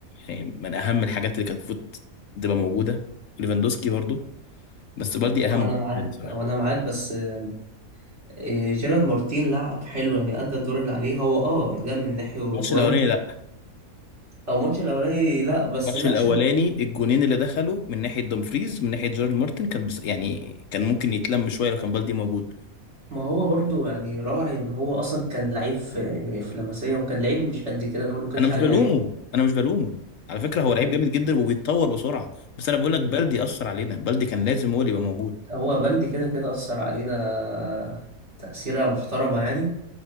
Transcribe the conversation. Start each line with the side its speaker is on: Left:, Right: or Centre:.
Left: يعني من أهم الحاجات اللي كانت المفروض تبقى موجودة ليفاندوسكي برضو بس بالدي أهم
Right: او انا معاك
Left: بالنسبة لي بصراحة
Right: او انا معاك بس آه، إيه، جيرارد مارتين لعب حلو يعني ادى الدور اللي عليه هو اه جاب من ناحية وجوان
Left: الماتش الأولاني لأ
Right: او الماتش الاولاني لا بس
Left: الماتش
Right: لا
Left: الأولاني
Right: الشوط التاني
Left: الجونين اللي دخلوا من ناحية دومفريز من ناحية جيرارد مارتن كان بس يعني كان ممكن يتلم شوية لو كان بالدي موجود
Right: ما هو برضو يعني راعي ان هو اصلا كان لعيب في في لاماسيا وكان لعيب مش قد كده برضو ما كانش
Left: أنا مش
Right: عليه
Left: بلومه
Right: العين
Left: أنا مش بلومه على فكرة هو لعيب
Right: مم.
Left: جامد جدا وبيتطور بسرعة بس أنا بقول لك
Right: مم.
Left: بالدي أثر علينا بالدي كان لازم هو اللي يبقى موجود
Right: هو بلدي كده كده أثر علينا تأثيرة محترمة يعني